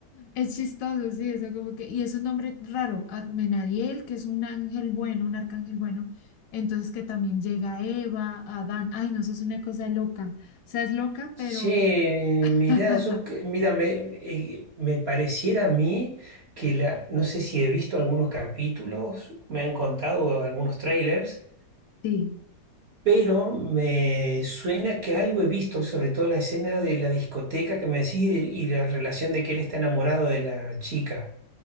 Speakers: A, on the left; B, on the right.
A: Es chistoso, sí, eso como que, y es un nombre raro, Agmenadiel, que es un ángel bueno, un arcángel bueno. Entonces que también llega Eva, Adán. Ay, no, eso es una cosa loca. O sea, es loca, pero
B: Che,
A: <laughs>
B: mirá, yo, que- mira, me, eh, me pareciera a mí que la, no sé si he visto algunos capítulos, me han contado algunos trailers,
A: sí,
B: pero me suena que algo he visto, sobre todo la escena de la discoteca que me decís y, de- y la relación de que él está enamorado de la chica.